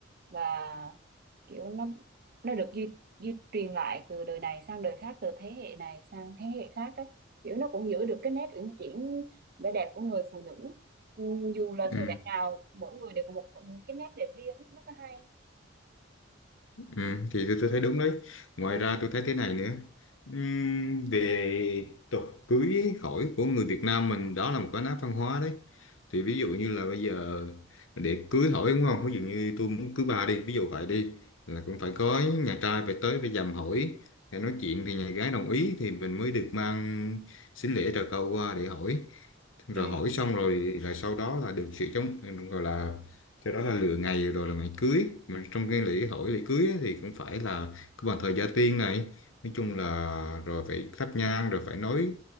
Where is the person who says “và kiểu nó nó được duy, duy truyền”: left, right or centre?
Right